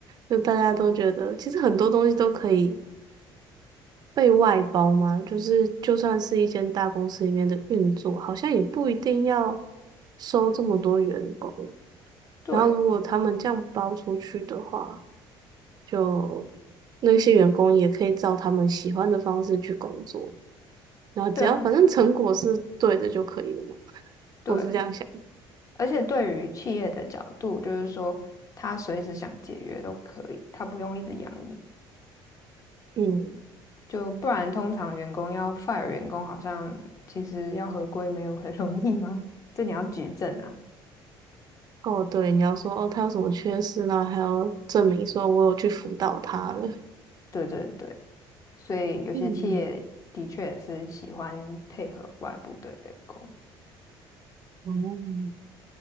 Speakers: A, on the right (about 45°); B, on the left (about 35°).
A: 就大家都觉得其实很多东西都可以被外包嘛，就是就算是一间大公司里面的运作，好像也不一定要收这么多员工。
B: 对，
A: 然后如果他们这样包出去的话，就那些员工也可以照他们喜欢的方式去工作，然后只要反正成果是对的就可以了嘛。
B: 对啊，
A: <laughs>
B: 对，
A: 我是这样想
B: 而且对于企业的角度，就是说他随时想解约都可以，他不用一直养你，
A: 嗯，
B: 就不然通常员工要 fire 员工，好像其实要合规没有很容易吗？这你要举证啊。
A: 哦，对，你要说哦，他有什么缺失，然后还要证明说我有去辅导他了，
B: 对对对，所以有些企业的确是喜欢配合外部的员工。
A: 嗯，哦，